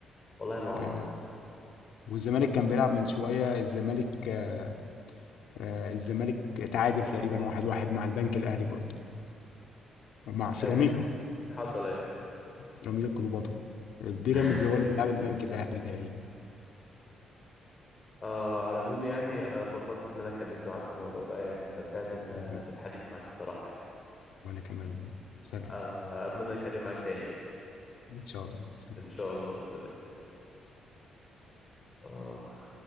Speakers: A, on the left; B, on the left.
A: والله ما
B: آه،
A: اعرف
B: والزمالك كان بيلعب من شوية الزمالك آه، آه، الزمالك اتعادل تقريبا واحد واحد مع البنك الأهلي برضه ومع سيراميكا
A: ايوه حصل ايوه
B: سيراميكا كليوباترا بيراميدز
A: <laughs>
B: هو
A: كاس
B: اللي بيلعب
A: الملك
B: البنك
A: للأبطال.
B: الأهلي تقريبا
A: آه على العموم يعني انا اتبسطت ان انا اتكلمت معاك في الموضوع ده يعني استمتعت ان
B: و-
A: بالحديث معاك الصراحة يعني
B: وأنا كمان والله سلام
A: آه اتمنى اتكلم معاك تاني يعني.
B: إن شاء الله سلام
A: ان شاء الله سلام آه